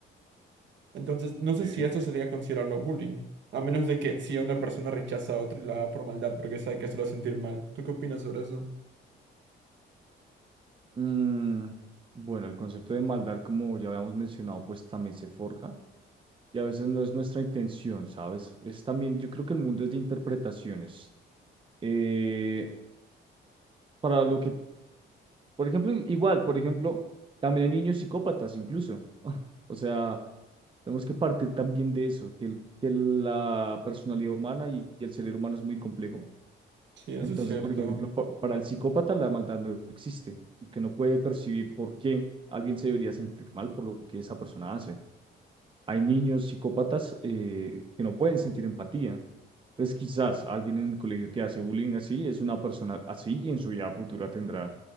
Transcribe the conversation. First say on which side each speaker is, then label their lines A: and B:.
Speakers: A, on the right (about 65°); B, on the right (about 25°).
A: Entonces, no
B: sí.
A: sé si esto sería considerarlo bullying, a menos de que si una persona rechaza a otro y la haga por maldad porque sabe que eso lo va a sentir mal. ¿Tú qué opinas sobre eso?
B: Mm, bueno, el concepto de maldad, como ya habíamos mencionado, pues también se forja y a veces no es nuestra intención, ¿sabes? Es también, yo creo que el mundo es de interpretaciones. Eh, para lo que, por ejemplo, i- igual, por ejemplo, también hay niños psicópatas incluso. <laughs> O sea, tenemos que partir también de eso, que, el- que la personalidad humana y y el cerebro humano es muy complejo
A: Sí, eso
B: Entonces,
A: es cierto.
B: por ejemplo, pa- para el psicópata la maldad no existe, porque no puede percibir por qué alguien se debería sentir mal por lo que esa persona hace. Hay niños psicópatas eh, que no pueden sentir empatía. Entonces, quizás alguien en el colegio que hace bullying así es una persona así y en su vida futura tendrá